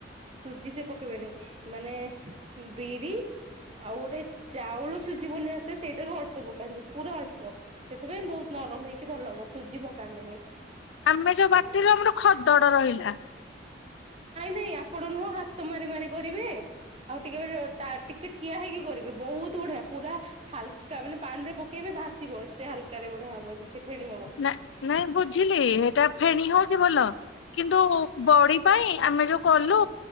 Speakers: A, on the right; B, on the left.
A: ସୁଜି ସେ ପକେଇବେନି ମାନେ ବିରି ଆଉ ଗୋଟେ ଚାଉଳ ସୁଜି ବୋଲି ଆସେ ସେଇଟାରୁ ଅଳ୍ପ ପକାନ୍ତି। ପୁରା ଅଳ୍ପ ସେଥିପାଇଁ ବହୁତ୍ ନରମ ହେଇକି ଭଲ ହବ ସୁଜି ପ କାନ୍ଦିନି।
B: ଆମେ ଯୋଉ
A: ନାଇଁ
B: ବାଟିଲୁ ଆମର ଖଦଡ ରହିଲା
A: ଦେଇ ରୁହ ଆପଣ ନୁହଁ ହାତ ମାରି ମାରି କରିବେ। ଆଉ ଟିକେ ଟିକେ ଠିଆ ହେଇକି କରିବେ ବହୁତ୍ ବଢିଆ ପୁରା ହାଲ୍କା ମାନେ ପାଣି ରେ ପକେଇବେ ଭାସିବ ଏତେ ହାଲ୍ କାରେ ବଢିଆ ହବ ସେ ଫେଣି ହବ।
B: ନା - ନାଇଁ ବୁଝିଲି ଏଟା ଫେଣିୀ ହଉଛି ଭଲ କିନ୍ତୁ ବଡି ପାଇଁ ଆମେ ଯୋଉ କଲୁ